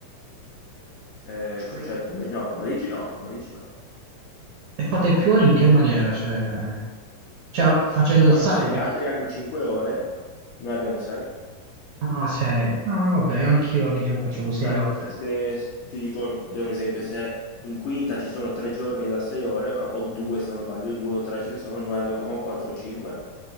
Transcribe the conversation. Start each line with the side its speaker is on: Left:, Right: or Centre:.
Left: Eh,
Right: Sì.
Left: co- cioè, pomer- no, pomeriggi no, pomeriggi no.
Right: E fate più ore in che maniera? Cioè, cioè,
Left: Cioè,
Right: facendo
Left: qua-
Right: il sabato?
Left: se gli altri hanno 5 ore, noi abbiamo 6.
Right: Ah, sei. Ah, vabbè, anch'io al liceo facevo sei
Left: Cioè,
Right: ore.
Left: se ti dico, ti do un esempio, se in quinta ci sono tre giorni da sei ore, o o due se non sbaglio, due o tre ce ne sono, noi avevamo 4 o 5,